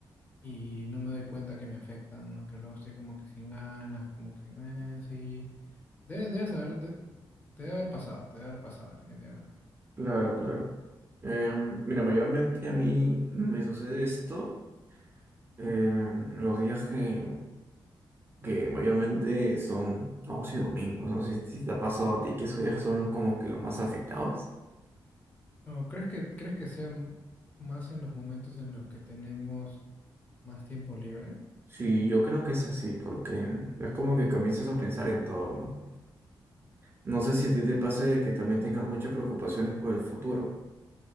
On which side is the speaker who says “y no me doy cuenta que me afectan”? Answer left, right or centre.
Left